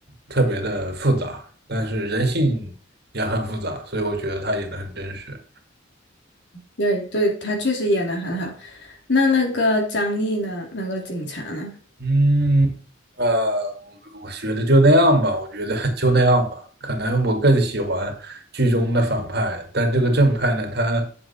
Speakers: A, on the right; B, on the left.
A: 特别的复杂，但是人性也很复杂，所以我觉得他演的很真实。
B: 对对，他确实演的很好。那那个张译呢？那个警察呢？
A: 嗯，呃，我我觉得就那样吧，我觉得 <laughs> 就那样吧。可能我更喜欢剧中的反派，但这个正派呢，他